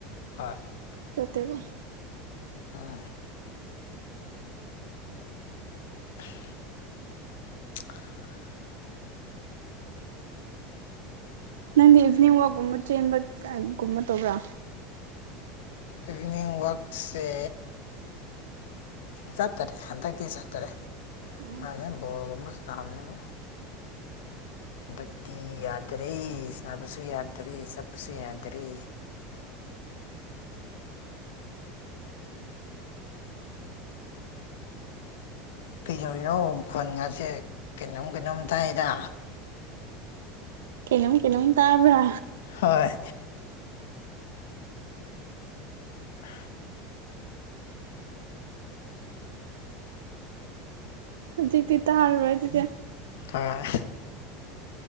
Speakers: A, on the left; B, on the right.
A: ꯍꯣꯏ
B: ꯆꯠꯇꯦꯉꯣ
A: ꯑꯥ <inaudible>
B: ꯅꯪꯗꯤ ꯏꯚꯤꯅꯤꯡ ꯋꯥꯛꯀꯨꯝꯕ ꯆꯦꯟꯕꯒꯨꯝꯕ ꯇꯧꯕ꯭ꯔꯥ
A: ꯏꯚꯅꯤꯡ ꯋꯥꯛꯁꯦ ꯆꯠꯇꯔꯦ ꯍꯟꯗꯛꯇꯤ ꯆꯠꯇꯔꯦ
B: ꯑꯣ
A: ꯃꯥꯅꯦ ꯕꯣꯔꯒꯨꯝꯕ ꯇꯝꯅꯦꯕꯣ ꯍꯟꯗꯛꯇꯤ ꯌꯥꯗꯔꯦ ꯁꯅꯕꯁꯨ ꯌꯥꯗꯔꯦ ꯆꯠꯄꯁꯨ ꯌꯥꯗꯔꯦ ꯀꯤꯗꯧꯔꯤꯅꯣ ꯈꯟꯒꯥꯁꯦ ꯀꯩꯅꯣꯝ ꯀꯩꯅꯣꯝꯇꯥꯏꯗ
B: ꯀꯩꯅꯣꯨꯝ ꯀꯩꯅꯣꯝ ꯇꯥꯕ꯭ꯔ
A: ꯍꯣꯏ ꯑ
B: ꯖꯤꯗꯤ ꯇ ꯍꯥꯔ ꯔ ꯑꯗꯨꯗ
A: ꯑ